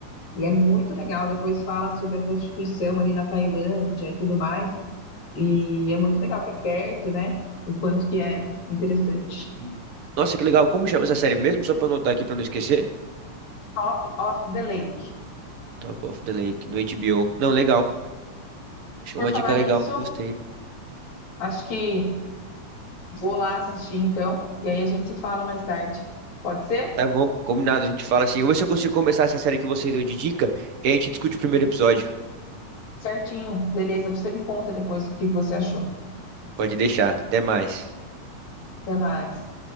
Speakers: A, on the left; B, on the right.
A: E é muito legal. Depois fala sobre a prostituição ali na Tailândia e tudo mais. E é muito legal, porque é perto, né? O quanto que é interessante.
B: Sim. Nossa, que legal. Como chama essa série mesmo? Só pra eu anotar aqui pra não esquecer.
A: Top of the Lake.
B: Top of the Lake, no HBO. Não, legal. Acho que
A: Por
B: é uma
A: falar
B: dica legal.
A: nisso,
B: Gostei.
A: acho que vou lá assistir então, e aí a gente se fala mais tarde. Pode ser?
B: Tá bom, combinado. A gente fala assim. Eu vou ver se eu consigo começar essa série que você deu de dica e a gente discute o primeiro episódio.
A: Certinho, beleza. Você me conta depois o que que você achou.
B: Pode deixar. Até mais.
A: Até mais.